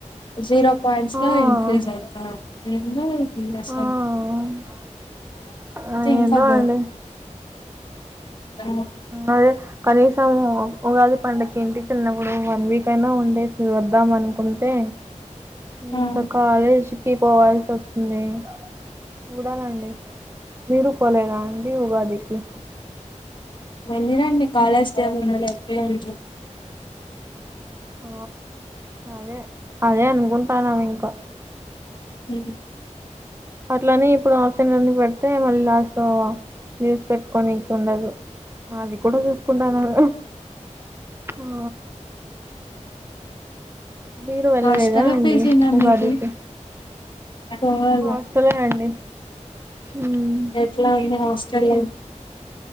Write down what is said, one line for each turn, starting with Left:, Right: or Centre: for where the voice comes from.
Left: జీరో పాయింట్స్
Right: ఆ
Left: ఇంక్రీజ్ అవుతే ఎసస్
Right: ఆ ఆ
Left: ఇం
Right: ఏందో
Left: ఫ
Right: అండి
Left: ఆ
Right: అదే కనీసం ఉగాది పండగకి ఇంటికి తళ్ళినప్పుడు వన్ వీక్ అయినా ఉ ే వద్దాం అనుకుంటే
Left: ఆ
Right: ఇంకా కాలేజ్ కి పోవాల్సి వస్తుంది చూడాలండి మీరు పోలేరా అండి ఉగాదికి
Left: వెళ్ళరండి కాలేజ్ ఏమిడి
Right: ఆ అదే అదే అనుకుంటాను ఇంకా
Left: అ
Right: అట్లని ఇప్పుడు ఆసన్నికి పెడితే మళ్ళీ లాస్ట్ లో న్యూస్ పెట్టుకోడానికి ఉండదు అది కూడా చూసుకుంటాను ఆ మీరు వెళ్ళలేదా
Left: హాస్టలా
Right: అండి
Left: పీజీనా
Right: ఒక
Left: మీరు
Right: అదికి
Left: పోవాలా
Right: ఆస్తులే అండి ఉమ్
Left: ఎట్లా హాస్టల్
Right: ఏం